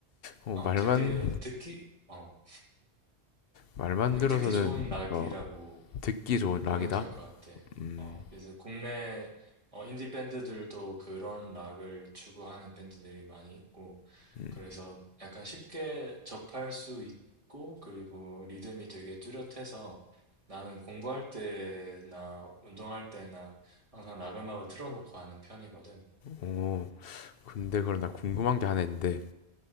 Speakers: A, on the left; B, on the right.
A: 어,
B: 어,
A: 말만,
B: 되게 듣기, 어,
A: 말만
B: 되게
A: 들어서는,
B: 듣기 좋은 락이라고
A: 어, 듣기 좋은 락이다?
B: 보면 될 것 같아.
A: 음,
B: 어, 이제 국내 어, 인디 밴드들도 그런 락을 추구하는 밴드들이 많이 있고,
A: 음,
B: 그래서 약간 쉽게 접할 수 있고, 그리고 리듬이 되게 뚜렷해서 나는 공부할 때나 운동할 때나 항상 락 음악을 틀어놓고 하는 편이거든.
A: 어, 근데 그럼 나 궁금한 게 하나 있는데,